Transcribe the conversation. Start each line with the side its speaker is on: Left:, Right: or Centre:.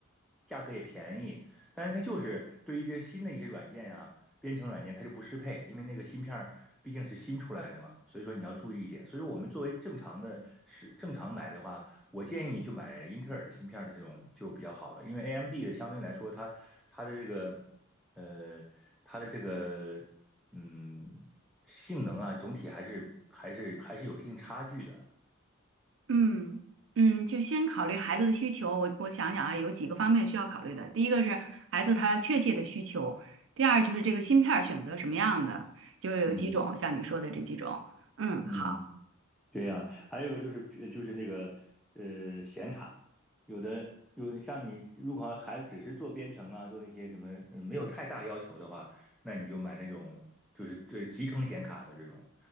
Centre: 价格也便宜，但是它就是对于这新的一些软件呀、编程软件，它就不适配，因为那个芯片儿毕竟是新出来的嘛，所以说你要注意一点。所以说我们作为正常的是正常买的话，我建议就买英特尔的芯片的这种就比较好了，因为 AMD 的相对来说它它的这个呃它的这个嗯性能啊，总体还是还是还是有一定差距的。
Right: 嗯嗯，就先考虑孩子的需求。我我想想啊，有几个方面需要考虑的。第一个是孩子他确切的需求，第二就是这个芯片儿选择什么样的，就有几种，
Centre: 嗯
Right: 像你说的这几种。嗯，
Centre: 嗯。
Right: 好。
Centre: 对呀、还有一个就是呃就是那个呃显卡，有的有的像你如果孩子只是做编程啊，做那些什么呃没有太大要求的话，那你就买那种就是对集成显卡的这种，